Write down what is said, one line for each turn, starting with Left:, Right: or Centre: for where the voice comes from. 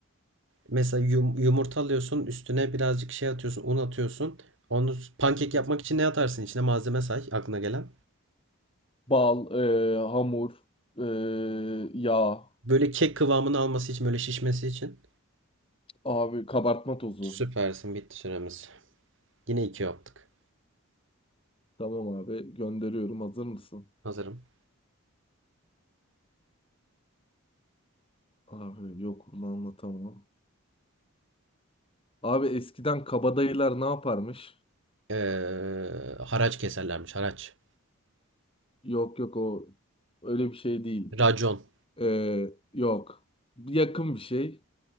Right: Mesela yum- yumurta alıyorsun üstüne birazcık şey atıyorsun un atıyorsun. Onu s- pankek
Left: Hı hı.
Right: yapmak için ne atarsın İçine malzeme say aklına gelen.
Left: Bal, e, hamur, e, yağ,
Right: Böyle kek kıvamını alması için böyle şişmesi için.
Left: abi kabartma tozu.
Right: Süpersin bitti süremiz. Yine iki yaptık.
Left: Tamam abi gönderiyorum. Hazır mısın?
Right: Hazırım.
Left: Abi yok bunu anlatamam. Abi eskiden kabadayılar ne yaparmış?
Right: Ee, haraç keserlermiş haraç.
Left: Yok yok o öyle bir şey değil.
Right: Racon.
Left: E, yok. Yakın bir şey.